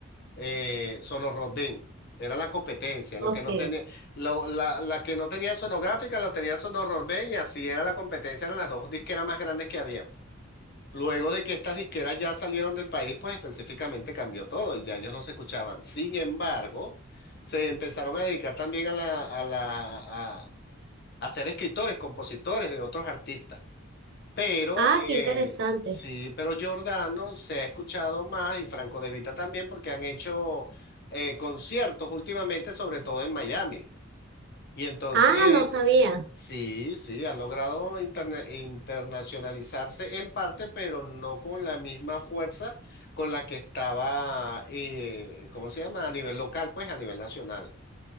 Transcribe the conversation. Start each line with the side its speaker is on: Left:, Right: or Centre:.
Left: eh, Sonorrobén. Era la competencia.
Right: Ok.
Left: Lo que no tenía, lo- la, la que no tenía Sonográfica lo tenía Sonorrobén y así era la competencia de las dos disqueras más grandes que había. Luego de que estas disqueras ya salieron del país, pues específicamente cambió todo y ya ellos no se escuchaban. Sin embargo, se empezaron a dedicar también a la, a la, a, a ser escritores, compositores de otros artistas. Pero
Right: Ah,
Left: eh,
Right: qué interesante.
Left: sí, pero Giordano se ha escuchado más y Franco De Vita también porque han hecho eh, conciertos últimamente, sobre todo en Miami. Y entonces
Right: Ah, no sabía.
Left: Sí, sí, ha logrado interna- internacionalizarse en parte, pero no con la misma fuerza con la que estaba, eh, ¿cómo se llama? A nivel local, pues a nivel nacional.